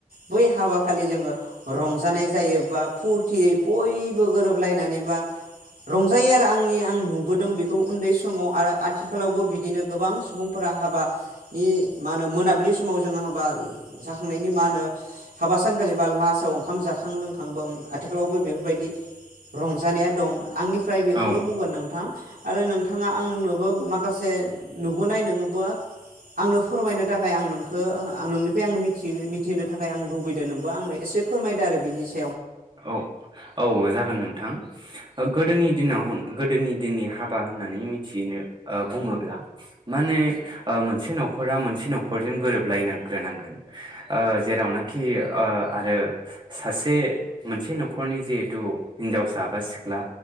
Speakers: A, on the right (about 85°); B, on the right (about 30°).
A: बै हाबा खालि जोङो रंजानाय जायो बा फुरथियै बयबो गोरोबलायनानै बा रंजायो आरो आंनि आं नुबोदों बेखौ उन्दै समाव आरो आथिखालावबो बिदिनो गोबां सुबुंफोरा हाबा नि मा होनो मोनाब्लि समाव जोङो हाबा जाखांनायनि मा होनो हाबा सानखालि बा लासाव ओंखाम जाखां लोंखांबो आथिखालावबो बेफोरबायदि रंजानाया दं। आंनिफ्राय बेखौनो
B: औ
A: बुंगोन नोंथां। आरो नोंथाङा आंनोबो माखासे नुबोनाय नोङोबो आंनो फोरमायनो थाखाय आं नोंखो आं नोंनिफाय आं मिथि-मिथ थिनो थाखाय आं लुबैदो नोंबो आंनो एसे फोरमायदो आरो बिनि स
B: औ औ जागोन नोंथां गोदोनि दिनाव होन गोदोनि दिननि हाबा होननानै मिथिनो ओ बुङोब्ला माने ओ मोनसे नख'रा मोनसे नख'रजों गोरोबलाय नांग्रोनांगोन ओ जेरावनाखि ओ आरो सासे मोनसे नखरनि जिहेथु हिनजावसा बा सिख्ला